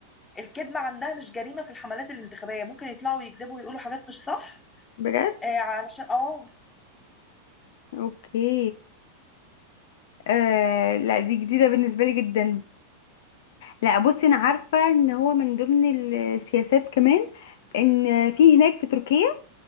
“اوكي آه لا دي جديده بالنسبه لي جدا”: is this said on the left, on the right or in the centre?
Left